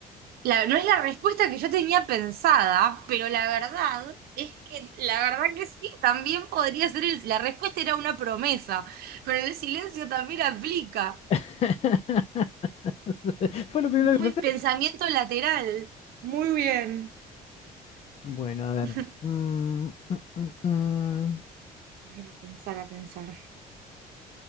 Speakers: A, on the right; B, on the left.
A: la- no es la respuesta que yo tenía pensada, pero la verdad es que, la verdad que sí, también podría ser, el- la respuesta era una promesa, pero el silencio también aplica.
B: <laughs> Fue lo primero
A: Muy
B: que pensé.
A: pensamiento lateral. Muy bien.
B: Bueno, a ver.
A: <laughs>
B: Mm, mm, mm, mm.
A: A ver, a pensar, a pensar.